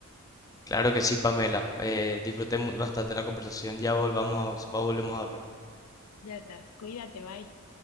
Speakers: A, on the left; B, on the left.
A: Claro que sí, Pamela. eh, disfruté mu- bastante la conversación. Ya volvamos, va- volvemos a hablar.
B: Ya estás, cuídate, bye.